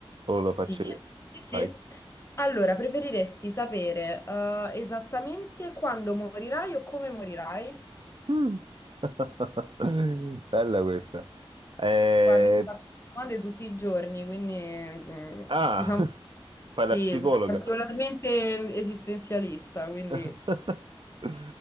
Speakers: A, on the right (about 60°); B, on the left (about 30°).
A: o la
B: Sì,
A: faccio io?
B: sì, sì.
A: Vai.
B: Allora, preferiresti sapere eh, esattamente quando morirai o come morirai?
A: Mm. <laughs> Bella questa. Eh,
B: Guardi, io faccio queste domande tutti i giorni, quindi mm,
A: ah,
B: diciamo
A: <laughs>
B: sì,
A: fai la psicologa.
B: sono particolarmente esistenzialista, quindi...
A: <laughs>